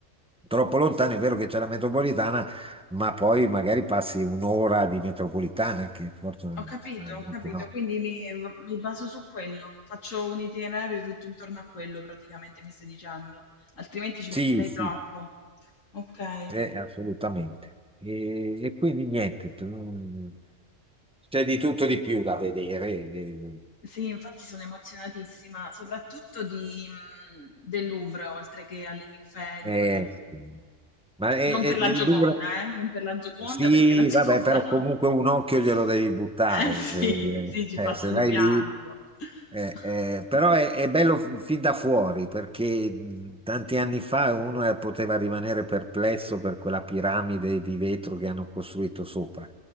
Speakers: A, in the centre; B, on the left.
A: troppo lontano è vero che c'è la metropolitana, ma poi magari passi un'ora di metropolitana, che forse
B: Ho capito,
A: veramente
B: ho capito.
A: no.
B: Quindi mi, mi baso su quello. Faccio un itinerario tutto intorno a quello, praticamente, mi stai dicendo. Altrimenti ci
A: Sì,
B: metterei
A: sì,
B: troppo. Ok.
A: eh, assolutamente. E, e quindi niente. tu- C'è di tutto di più da vedere. eh,
B: Sì, infatti sono emozionatissima, soprattutto di, mhmm, del Louvre, oltre che alle ninfee di
A: eh,
B: Monet.
A: eh, sì. ma è,
B: Non per la
A: è-
B: Gioconda,
A: Louvre-
B: eh, non per la Gioconda,
A: Sì,
B: perché la Gioconda
A: vabbè, però comunque
B: no.
A: un occhio
B: <laughs>
A: glielo devi buttare.
B: Eh sì,
A: eh,
B: sì, ci passo
A: eh, se vai
B: di fianco.
A: lì.
B: <laughs>
A: eh, eh, però è, è bello f- fin da fuori perché mh, tanti anni fa uno eh, poteva rimanere perplesso per quella piramide di vetro che hanno costruito sopra.